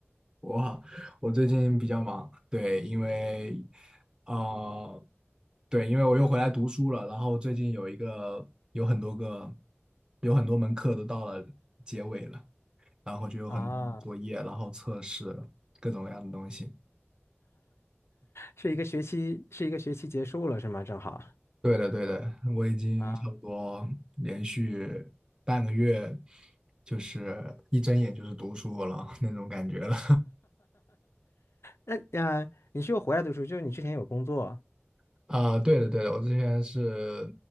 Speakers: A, on the right (about 20°); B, on the left (about 70°).
A: 我我最近比较忙，对，因为啊，对，因为我又回来读书了，然后最近有一个有很多个有很多门课都到了结尾了，然后就有很多作业，
B: 啊，
A: 然后测试各种各样的东西。
B: 是一个学期，是一个学期结束了是吗？正好
A: 对的，对的，我已经差不多连续半个月，
B: 啊，
A: 就是一睁眼就是读书了 <laughs> 那种感觉了。
B: 那啊，你是又回来读书，就是你之前有工作
A: <laughs> 啊、对的，对的，我之前是